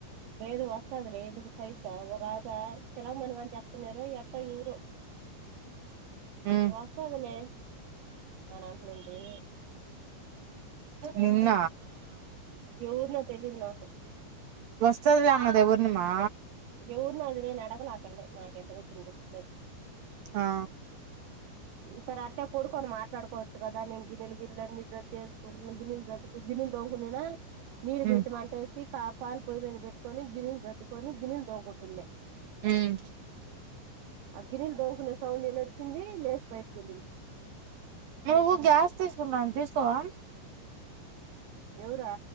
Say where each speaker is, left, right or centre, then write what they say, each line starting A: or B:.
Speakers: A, on the right; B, on the right.
A: లేదు వస్ <unintelligible> ఎదో
B: ఉమ్
A: వస్తాది లే వాణి అనంటి నుండి
B: నిన్న
A: ఎవరినో తెలీదు నాకు
B: వస్తది లే అమ్మ దేవుఊరిమా
A: ఎవర్నో అది నేను అడగాలా ఆ పిల్లని నక్ ఎందుకు వచ్చిన జస్ నాద్
B: ఆ
A: ఈ సారి అట్నే పోడుకొని మాత్ కోవచ్చు కదా నేను గిన్నెలు గిల్ జేసుకుని గిన్నీళ్ళు తొమ్ముకునన నీరు
B: ఉమ్
A: పెట్టు వంటేసి కాపలు పొయ్యి మీద పెట్టుకొని గిన్నెలు దద్దుకొని గిన్నెలు దోముకుంటున్న
B: ఉమ్
A: ఆ గిన్నెలు దోముకునే సౌండ్ ఇనొచ్చింది లేసి బయటికేళ్ళింది
B: నువ్వు గ్యాస్ తీసుకుంటా తీసుకోవా
A: ఎవరా